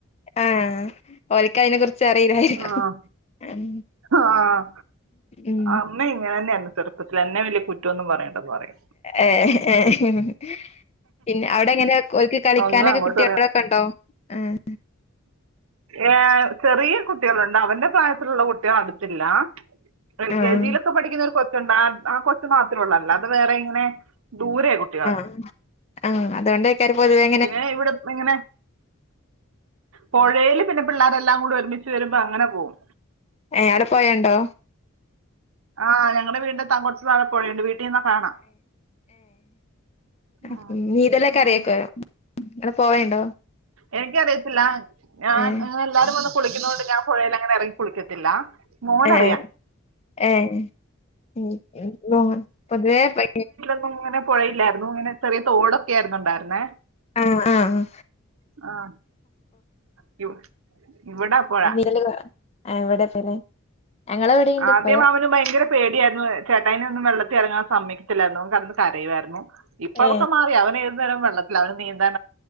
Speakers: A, on the left; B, on the right.
A: ഏഹ് ഓൽക്ക് അതിനെ കുറിച്ച് അറിയില്ലായിരിക്കും
B: ആഹ്
A: ഉം
B: ആഹ്
A: ഉം
B: അമ്മ ഇങ്ങനെ തന്നെയാരുന്നു ചെറുപ്പത്തി എന്നെ വലിയ കുറ്റൊന്നും പറയണ്ട പറയ
A: എഹ് ഏഹ് ഏഹ് പിന്നെ അവിടെ എങ്ങനെ ഓൽക്ക് കളിക്കാനൊക്കെ
B: ഒന്നും അങ്ങോട്ട്
A: കുട്ടികളൊക്കെ ഇണ്ടോ? ഏഹ്
B: ഏഹ് ചെറിയ കുട്ടികളുണ്ട് അവന്റെ പ്രായത്തിലുള്ള കു ഇന്റെ അടുത്തില്ല എൽ
A: ആഹ്
B: കെ ജിലക്കെ പഠിക്കുന്ന കൊച്ചുണ്ട് ആഹ് കൊച്ച് മാത്രം ഉള്ളു അല്ലാതെ വേറെ ഇങ്ങനെ ദൂരെ കുട്ടികൾ.
A: <unintelligible> ആഹ് അതുകൊണ്ട <unintelligible> പൊതുവേ
B: പിന്നെ ഇവിടെ എങ്ങനെ പുഴയില് പിന്നെ പിള്ളേരെ എല്ലാം കൂടി ഒരുമിച്ച് വരുമ്പോ അങ്ങനെ പോകും.
A: ഏഹ് അഒടെ പൊഴണ്ടോ?
B: ആഹ് ഞങ്ങളെ വീടിൻ്റെ എത്താൻ കൊറച്ച് താഴെ പൊഴണ്ട് വീട്ടിൽ നിന്ന കാണാം.
A: <unintelligible>
B: ഉം,
A: നീന്തലക്കെ അറിയേക്കാരം
B: ഉം.
A: അങ്ങനെ പോവേണ്ടോ?
B: എനിക്കറിയത്തില്ല ഞാൻ
A: ഏഹ്
B: അങ്ങനെ എല്ലാരും പോലെ കുളിക്കുന്നോണ്ട് ഞാൻ പൊഴേൽ അങ്ങനെ എറങ്ങി കുളിക്കത്തില്ല. മോനറിയാം
A: ഏഹ് ഏഹ് ഉം <unintelligible> പൊതുവേ പെ
B: ഇപ്പോ ഇങ്ങനെ പോയില്ലായിരുന്നു ഇങ്ങനെ ചെറിയ തോടക്കെ ആയിരുന്നു ഇണ്ടായിരുന്നേ.
A: ആഹ് ആഹ്
B: ആഹ് <unintelligible> ഇവിടെ പുഴ
A: <unintelligible> ഇവിടെണ്ട്
B: ആദ്യമാ
A: പൊഴ
B: അവന് ഭയങ്കര പേടിയായിരുന്നു ചേട്ടായിനെന്നും വെള്ളത്തി ഇറങ്ങാൻ സമ്മക്കിച്ചില്ലായിരുന്നു കാരണം- കരയുവായിരുന്നു ഇപ്പൊ
A: ഏ
B: അതൊക്കെ മാറി അവന് എതു നേരം വെള്ളത്തിൽ അവൻ നീന്തി -